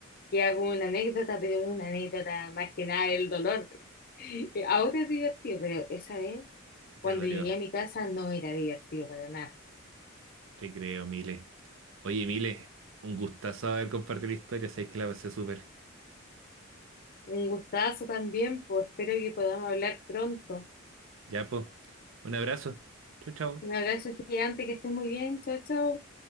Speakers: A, on the left; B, on the right.
A: que hago una anécdota, pero es una anécdota más que nada el dolor. <laughs> Eh, Ahora es divertido, pero esa vez,
B: Te
A: cuando
B: dolió.
A: llegué a mi casa, no era divertido para nada.
B: Te creo, Mile. Oye, Mile, un gustazo haber compartido la historia. Sabéis que la pasé súper.
A: Un gustazo también, pues espero que podamos hablar pronto.
B: Ya, po. Un abrazo. Chau, chau.
A: Un abrazo gigante, que estés muy bien, chao, chao.